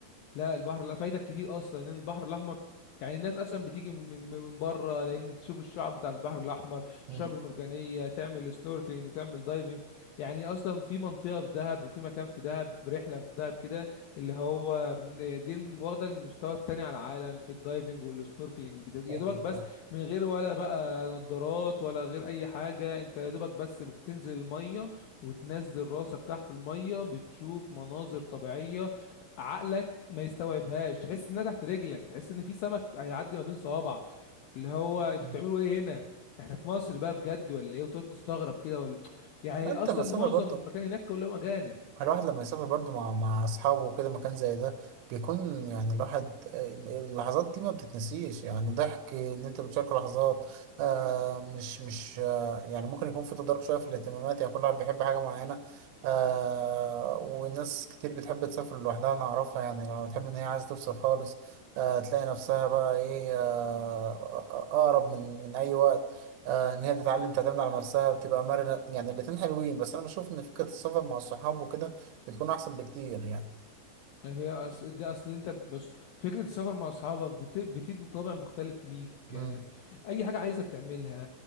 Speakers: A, on the left; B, on the right.
A: لا البحر لا فايتك كتير اصلا لان البحر الاحمر يعني الناس اصلا بتيجي من من بره لان تشوف الشعب بتاع البحر الاحمر
B: مم.
A: الشعب المرجانيه تعمل سنوركلينج تعمل دايفنج يعني اصلا في منطقه في دهب وفي مكان في دهب رحله في دهب كده اللي هو دي واخده المستوى التاني على العالم في الدايفنج والسنوركلينج بت-
B: كلام
A: يا دوبك بس
B: ده.
A: من غير ولا بقى نظارات ولا غير اي حاجه انت يا دوبك بس بتنزل الميه وتنزل راسك تحت الميه بتشوف مناظر طبيعيه عقلك ما يستوعبهاش تحس انها تحت رجلك تحس ان في سمك هيعدي ما بين صوابعك اللي هو انتوا
B: مم.
A: بتعملوا ايه هنا احنا في مصر بقى بجد ولا ايه وتقعد تستغرب كده ولا يعني
B: لا أنت
A: اصلا
B: مسافر
A: معظم
B: برضه
A: المكان هناك كلهم اجانب
B: الواحد لما يسافر برضه مع مع أصحابه وكده مكان زي ده بيكون يعني الواحد آه، اللحظات دي ما بتتنسيش يعني ضحك إن أنت بتشارك لحظات آه مش مش آه يعني ممكن يكون في تضارب شوية في الاهتمامات يعني كل واحد بيحب حاجة معينة آه وناس كتير بتحب تسافر لوحدها أنا أعرفها يعني لما بتحب إن هي عايزة تفصل خالص آه تلاقي نفسها بقى إيه آه أقرب من من أي وقت آه، ان هي تتعلم تعتمد على نفسها وتبقى مرنه يعني الاتنين حلوين بس انا بشوف ان فكره السفر مع الصحاب وكده بتكون احسن بكتير يعني
A: يعني هي أص... دي اصل انت بص فكره السفر مع اصحابك بت... بتدي طابع مختلف ليك
B: امم
A: آه، اي حاجه عايزها بتعملها